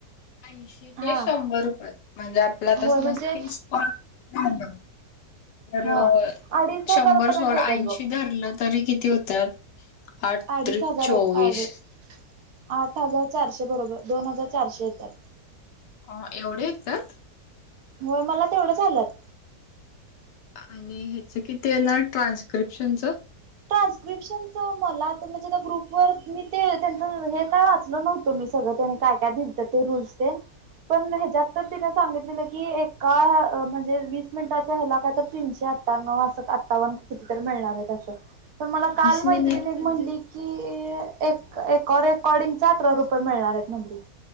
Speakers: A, on the left; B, on the right.
A: ऐंशी ते
B: हा
A: शंभर पर्यंत म्हणजे आपला
B: होय
A: तर समजतीस
B: म्हणजे
A: झा तर
B: हा अडीच हजारापर्यंत
A: शंभर सोळा
B: येतात
A: ऐंशी
B: बघ
A: धरलं तरी किती होत्या आठ
B: अडीच
A: त्र
B: हजार
A: चोवीस
B: आहेत अडी आठ हजार चारशे बरोबर दोन हजार चारशे येतात
A: अ एवढे आहेतात
B: मु मला तेवढं चालंत
A: आणि ह्याच किती येणार ट्रान्स्क्रिप्शनचं
B: ट्रान्स्क्रिप्शनच मला त त्या ग्रुप वर मी ते त्यांचं हे काय वाचलं नव्हत तुम्ही सगळं त्यांनी काय काय दित ते रूल्सन पण ह्याच्यात तर सांगितलं की एका म्हणजे वीस मिनिटाचा हला काय तर तीनशे अठ्ठ्या्व असं अठ्ठावन मिळणार पण मला काल
A: वीस
B: मैत
A: मिनिट
B: म्ह
A: म्हणजे
B: कि एकर एकॉर्डिंग चार अरा रुपये मिळणार आहेत मधली